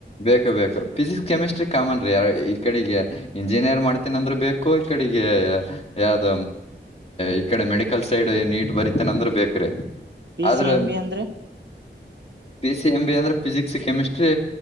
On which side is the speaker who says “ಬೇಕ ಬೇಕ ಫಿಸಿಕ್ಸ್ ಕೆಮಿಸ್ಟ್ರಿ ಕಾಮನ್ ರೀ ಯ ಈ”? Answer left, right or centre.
Left